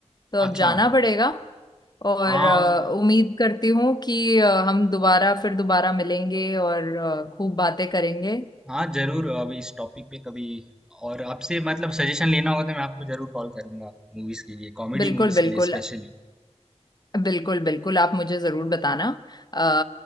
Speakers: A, on the left; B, in the centre.
A: तो अब
B: अच्छा
A: जाना पड़ेगा और
B: हाँ
A: अ, उम्मीद करती हूँ कि अ, हम दोबारा फिर दोबारा मिलेंगे और अ, खूब बातें करेंगे
B: हाँ जरूर अब इस टॉपिक पे कभी और आपसे मतलब सजेशन लेना होगा तो मैं आपको जरूर कॉल करूंगा मूवीज के लिए कॉमेडी
A: बिल्कुल
B: मूवीज के
A: बिल्कुल
B: लिए स्पेशली
A: बिल्कुल बिल्कुल आप मुझे जरूर बताना अ,